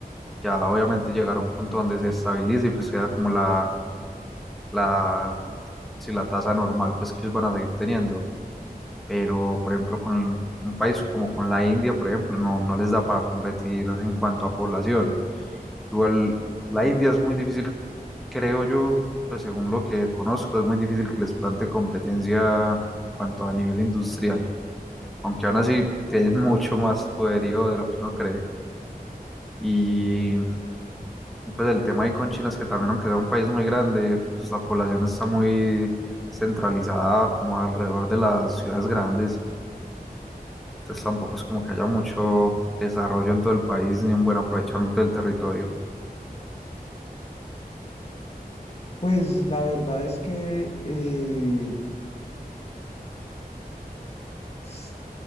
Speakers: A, in the centre; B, on the left (about 40°).
A: Ya obviamente llegará a un punto donde se estabilice y pues sea como la, la, si la tasa normal pues que ellos van a seguir teniendo. Pero por ejemplo con un país como con la India, por ejemplo, no, no les da para competir en cuanto a población. Igual la India es muy difícil, creo yo, pues según lo que conozco, es muy difícil que les plante competencia en cuanto a nivel industrial. aunque aún así tienen mucho más poderío de lo que uno cree. Y, y, pues el tema ahí con China es que también, aunque sea un país muy grande, pues la población está muy centralizada como alrededor de las ciudades grandes. Entonces tampoco es como que haya mucho desarrollo en todo el país ni un buen aprovechamiento del territorio.
B: Pues la verdad es que eh, s-